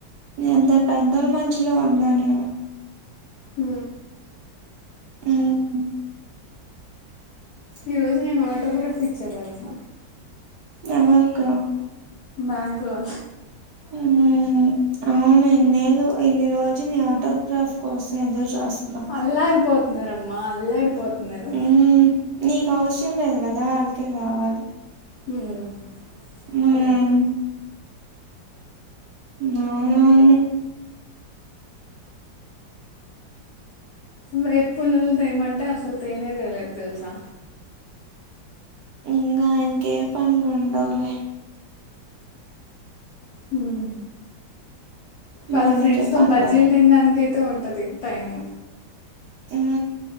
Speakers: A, on the right; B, on the left.
A: ఎంత పెద్దొల్ మద్యలో ఉన్నాను నేను.
B: ఉ
A: మ్
B: ఈరోజు నేను ఆటోగ్రాఫ్ ఇచ్చా తెల్సా.
A: ఎందక్కా
B: బ్యాంక్లో.
A: ఊఊ అ అవును ఇన్నెళ్ళు ఇన్ని రోజులు నీ ఆటోగ్రాఫ్ కోసం ఎదురు చూస్.
B: అల్లాడిపోతున్నారమ్మా అల్లాడిపోతున్నారు.
A: మ్మ్ నీకు అవసరం లేదు గదా అందుకే కావాలి.
B: మ్మ్,
A: మ్మ్
B: అదే
A: అవునవును
B: వేప పూలు తేమంటే అసలు తేనే తేలేదు తెలుసా
A: ఇంగా ఆయనకి ఏ పనులుండవులే.
B: హ్మ్ వాళ్ళ
A: మనకే
B: ఫ్రెండ్స్ తో
A: పనులు
B: బజ్జీలు
A: ఉం
B: తినడానికైతే ఉంటది టైమ్
A: ఊ